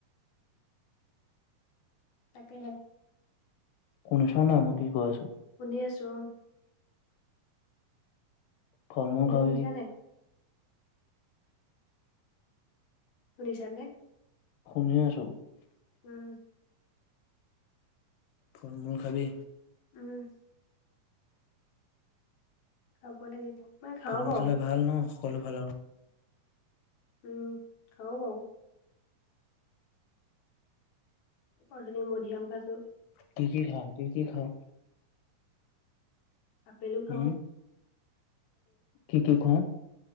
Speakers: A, on the left; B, on the left.
A: তাকেহে
B: শুনিছা নাই, মই কি কৈ আছো?
A: শুনি আছো অ'।
B: ফল-মূল
A: তুমি
B: খাবি।
A: শুনিছা নাই? শুনিছা নে?
B: শুনি আছো।
A: উম
B: ফল-মূল খাবি।
A: উম খাব লাগিব। মই খাওঁ
B: গৰম
A: বাৰু
B: খালে ভাল ন, সকলো ভাল আৰু।
A: উম' খাওঁ বাওঁ। অথনি মধুৰিআম খাইছোঁ।
B: কি কি খাওঁ? কি কি খাওঁ?
A: আপেলো খাওঁ,
B: উম' কি কি কওঁ?